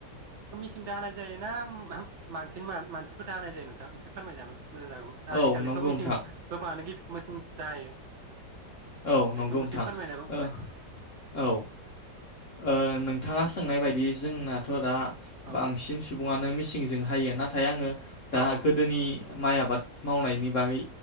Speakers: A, on the right; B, on the left.
A: सिंदो हानाय जायो ना मानसि मानसिफोरदो हानाय जायो नोंथां एसे फोरमायजागोन? मोजां जागौमोन आजिखालिथ'
B: औ नंगौ
A: मेसिं
B: नोंथां
A: गोबाङानो गि मिसिं दा हायो।
B: औ नंगौ
A: बेखौ
B: नोंथां
A: एसे फोरमायनाबो
B: ओ औ। ओ नोंथाङा सोंनाय बायदि जोंनाथ' दा
A: औ
B: बांसिन सुबुङा नो मिसिंजों हायो नाथाय आङो दा
A: औ
B: गोदोनि माइ आबाद मावनायनि बागै